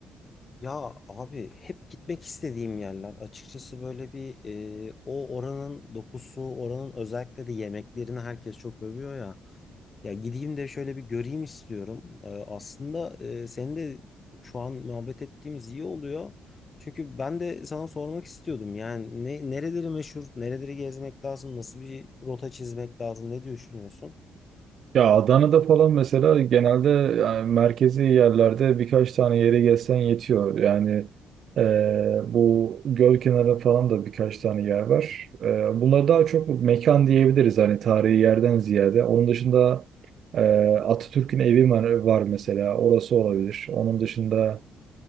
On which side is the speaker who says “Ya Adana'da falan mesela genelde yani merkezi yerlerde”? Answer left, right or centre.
Right